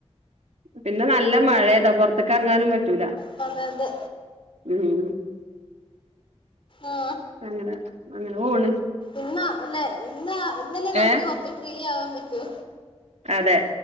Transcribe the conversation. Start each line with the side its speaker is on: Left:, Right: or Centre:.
Right: പിന്നെ നല്ല മഴയതാ പൊറത്ത്ക്കെറങ്ങാനും പറ്റൂല
Left: വല്ലാതെ
Right: ഉംഹ്
Left: ആ
Right: അങ്ങനെ അങ്ങനെപോണ്
Left: ഇന്നാ അല്ല ഇന്നാ ഇന്നല്ലേ നമുക്ക്
Right: ഏ
Left: കൊറച്ച് ഫ്രീയാവാൻ പറ്റൂ
Right: അതെ